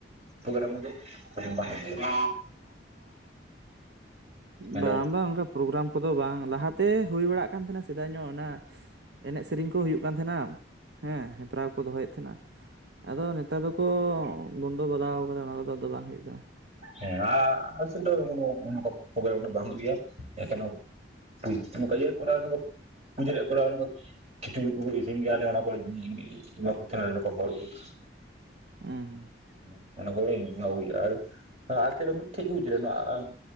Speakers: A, on the right (about 35°); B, on the right (about 70°).
A: ᱯᱳᱜᱨᱟᱢ ᱠᱚᱫᱚ <inaudible> ᱵᱟᱝ ᱦᱩᱭᱩᱜ ᱜᱮᱭᱟ᱾ ᱦᱮᱞᱳ
B: ᱵᱟᱝ ᱵᱟᱝ ᱚᱱᱠᱟ ᱯᱨᱳᱜᱨᱟᱢ ᱠᱚᱫᱚ ᱵᱟᱝ ᱞᱟᱦᱟ ᱛᱮ ᱦᱳᱭ ᱵᱟᱲᱟᱜ ᱠᱟᱱ ᱛᱟᱦᱮᱱᱟ ᱥᱮᱫᱟᱭ ᱧᱚᱜ ᱚᱱᱟ ᱮᱱᱮᱡ ᱥᱮᱨᱮᱧ ᱠᱚ ᱦᱳᱭᱳᱜ ᱠᱟᱱ ᱛᱟᱦᱮᱱᱟ ᱦᱮᱸ ᱦᱮᱯᱨᱟᱣ ᱠᱚ ᱫᱚᱦᱚᱭᱮᱫ ᱛᱟᱦᱮᱱᱟ, ᱟᱫᱚ ᱱᱮᱛᱟᱨ ᱫᱚᱠᱚ ᱵᱚᱱᱫᱚ ᱵᱟᱲᱟᱣ ᱠᱟᱫᱟ ᱚᱱᱟ ᱠᱚᱫᱚ ᱟᱫᱚ ᱵᱟᱝ ᱦᱚᱭᱳᱜ ᱠᱟᱱᱟ ᱾
A: ᱦᱮᱸ ᱟ ᱟᱞᱮ ᱥᱮᱫ ᱫᱚ ᱚ ᱚᱱᱠᱟ ᱯᱨᱳᱜᱨᱟᱢ ᱠᱚ ᱵᱟᱝ ᱦᱩᱭᱩᱜ ᱜᱮᱭᱟ <unintelligible> ᱾ <unintelligible> ᱱᱚᱝᱠᱟ ᱤᱭᱟ ᱠᱚᱨᱟᱣ ᱯᱩᱡᱟᱹ ᱨᱮᱱᱟᱜ ᱠᱚᱨᱟᱣ <unintelligible> ᱠᱷᱤᱪᱩᱲᱤ ᱠᱚᱞᱮ ᱤᱥᱤᱱ ᱜᱮᱭᱟ ᱱᱚᱠᱟ ᱮᱢᱟ ᱠᱚ ᱛᱟᱦᱮᱱᱟ ᱞᱮ ᱱᱚᱠᱟ ᱦᱚᱲ ᱠᱚ ᱾
B: ᱩᱸ ᱦᱩᱸ ᱾
A: <unintelligible> ᱟᱞᱮ ᱥᱮᱫ ᱨᱮ ᱢᱤᱫᱴᱷᱮᱡ ᱜᱮ ᱦᱩᱡᱨᱩᱱ-ᱟ ᱟ